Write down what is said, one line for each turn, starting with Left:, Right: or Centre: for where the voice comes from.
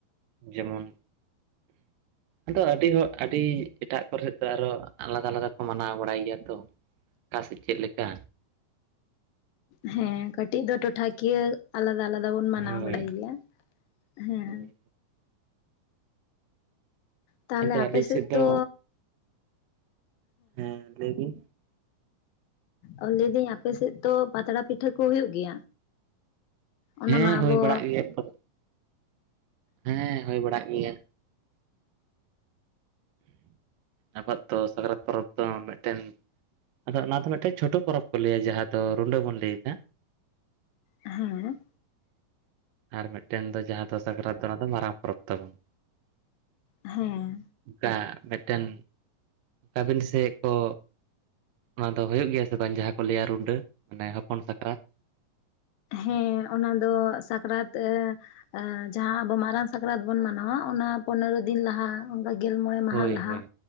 Right: ᱡᱮᱢᱚᱱ ᱟᱫᱚ ᱟᱹᱰᱤ ᱦᱚᱲ ᱟᱹᱰᱤ ᱮᱴᱟᱜ ᱠᱚᱨᱮᱫ ᱫᱚ ᱟᱨᱚ ᱟᱞᱟᱫᱟ ᱟᱞᱟᱫᱟ ᱠᱚ ᱢᱟᱱᱟᱣ ᱵᱟᱲᱟᱭ ᱜᱮᱭᱟ ᱛᱚ᱾ ᱚᱠᱟ ᱥᱮᱡ ᱪᱮᱜ ᱞᱮᱠᱟ᱾
Left: ᱦᱮᱸ ᱠᱟᱹᱴᱤᱡ ᱫᱚ ᱴᱚᱴᱷᱟ ᱠᱤᱭᱟᱹ ᱟᱞᱟᱫᱟ ᱟᱞᱟᱫᱟ ᱵᱚᱱ ᱢᱟᱱᱟᱣ
Right: ᱦᱳᱭ
Left: ᱵᱟᱲᱟᱭ ᱜᱮᱭᱟ᱾ ᱦᱮᱸ᱾
Right: ᱦᱳᱭ
Left: ᱛᱟᱦᱚᱞᱮ
Right: ᱟᱫᱚ
Left: ᱟᱯᱮ
Right: ᱟᱹᱞᱤᱧ
Left: ᱥᱮᱜ
Right: ᱥᱮᱫ ᱫᱚ
Left: ᱛᱚ
Right: ᱦᱮᱸ ᱞᱟᱹᱭ ᱵᱤᱱ᱾
Left: ᱚ ᱞᱟᱹᱭ ᱫᱟᱹᱧ ᱟᱯᱮ ᱥᱮᱜ ᱛᱚ ᱯᱟᱛᱲᱟ ᱯᱤᱴᱷᱟᱹ ᱠᱚ ᱦᱩᱭᱩᱜ ᱜᱮᱭᱟ? ᱚᱱᱟ
Right: ᱦᱮᱸ
Left: ᱢᱟ ᱟᱵᱚ
Right: ᱦᱚᱭ ᱵᱟᱲᱟᱜ ᱜᱮᱭᱟ ᱯᱟᱛ ᱦᱮᱸ ᱦᱩᱭ ᱵᱟᱲᱟᱜ ᱜᱮᱭᱟ᱾ ᱟᱵᱚᱣᱟᱜ ᱛᱚ ᱥᱟᱠᱨᱟᱛ ᱯᱚᱨᱚᱵᱽ ᱫᱚ ᱢᱮᱫᱴᱮᱱ ᱟᱫᱚ ᱚᱱᱟ ᱫᱚ ᱢᱤᱫᱴᱮᱡ ᱪᱷᱚᱴᱚ ᱯᱚᱨᱚᱵᱽ ᱠᱚ ᱞᱟᱹᱭᱟ ᱡᱟᱦᱟᱸ ᱫᱚ ᱨᱩᱱᱰᱟᱹ ᱵᱚᱱ ᱞᱟᱹᱭ ᱫᱟ᱾
Left: ᱦᱮᱸ᱾
Right: ᱟᱨ ᱢᱤᱫᱴᱮᱱ ᱫᱚ ᱡᱟᱸᱦᱟ ᱫᱚ ᱥᱟᱠᱨᱟᱛ ᱫᱚ ᱚᱱᱟ ᱫᱚ ᱢᱟᱨᱟᱝ ᱯᱚᱨᱚᱵᱽ ᱛᱟᱵᱚᱱ᱾
Left: ᱦᱮᱸ᱾
Right: ᱚᱱᱠᱟ ᱢᱮᱫᱴᱮᱱ ᱟᱵᱤᱱ ᱥᱮᱜ ᱠᱚ ᱱᱚᱣᱟ ᱫᱚ ᱦᱩᱭᱩᱜ ᱜᱮᱭᱟ ᱥᱮ ᱵᱟᱝ ᱡᱟᱸᱦᱟᱸ ᱠᱚ ᱞᱟᱹᱭᱟ ᱨᱩᱱᱰᱟᱹ ᱢᱟᱱᱮ ᱦᱚᱯᱚᱱ ᱥᱟᱠᱨᱟᱛ?
Left: ᱦᱮᱸ ᱚᱱᱟ ᱫᱚ ᱥᱟᱠᱨᱟᱛ ᱮ ᱼᱼ ᱮ ᱡᱟᱦᱟᱸ ᱟᱵᱚ ᱢᱟᱨᱟᱝ ᱥᱟᱠᱨᱟᱛ ᱵᱚᱱ ᱢᱟᱱᱟᱣᱟ, ᱚᱱᱟ ᱯᱚᱱᱮᱨᱚ ᱫᱤᱱ ᱞᱟᱦᱟ ᱚᱱᱠᱟ ᱜᱮᱞ ᱢᱚᱬᱮ ᱢᱟᱦᱟ
Right: ᱦᱳᱭ
Left: ᱞᱟᱦᱟ,
Right: ᱦᱳᱭ